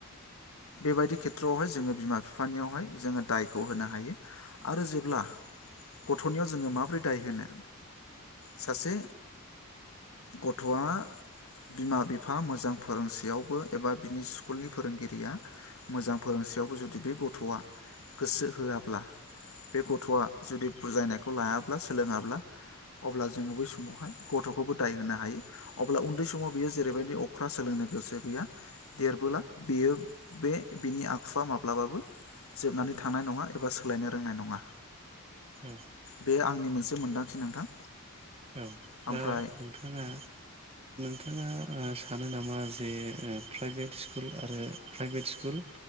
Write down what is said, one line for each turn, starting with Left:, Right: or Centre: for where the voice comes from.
Left: बेबायदि खेथ्रआवहाय जोङो बिमा बिफानियावहाय जोङो दायखौ होनो हायो आरो जेब्ला गथ'नियाव जोङो माब्रै दाय होनो सासे गथ'आ बिमा बिफा मोजां फोरोंसेयावबो एबा बिनि स्कुलनि फोरोंगिरिया मोजां फोरोंसेयावबो जुदि बे गथ'आ गोसो होआब्ला बे गथ'आ जुदि बुजायनायखौ लायाब्ला सोलोङाब्ला अब्ला जोङो बै समावहाय गथ'खौबो दाय होनो हायो अब्ला उन्दै समाव बियो जेरैबायदि अख्रा सोलोंनो गोसो गैया देरबोला बेयो बे बिनि आखुवा माब्लाबाबो जोबनानै थांनाय नङा एबा सोलायनो रोंनाय नङा
Right: औ
Left: बे आंनि मोन से मोनदांथि नोंथां।
Right: औ
Left: ओमफ्राय
Right: दा नोंथाङा नोंथाङा ओ सानो नामा जे ओ प्राइभेट स्कुल आरो प्राइभेट स्कुल